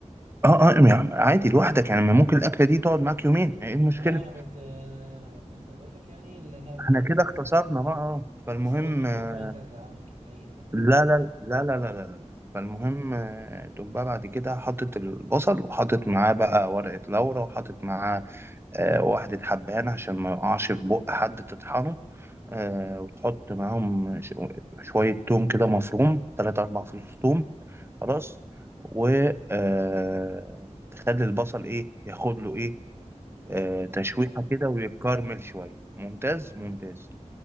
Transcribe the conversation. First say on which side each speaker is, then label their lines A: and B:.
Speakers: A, on the right; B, on the right.
A: اه اه يعني عادي لوحدك يعني ما ممكن الاكله دي تقعد معاك يومين ايه المشكله
B: اه انا كنت آه كنت اقول لك يعني اللي انا ب-
A: احنا كده اختصرنا بقى اه فالمهم
B: بحسبك بتفكر
A: آه،
B: انت هتعمل كميه فانا
A: لا لا لا لا لا لا فالمهم آه، تقوم بقى بعد كده حاطط البصل وحاطط معاه بقى ورقة لورا وحاطط معاه آه، واحدة حبهان عشان ما يقعش في بق حد تطحنه آه، وتحط معاهم ش- شوية توم كده مفروم تلاتة أربع فصوص توم خلاص و آه، تخلي البصل إيه ياخد له إيه
B: تشويحه
A: آه، تشويحة
B: كده
A: كده ويتكرمل شوية ممتاز ممتاز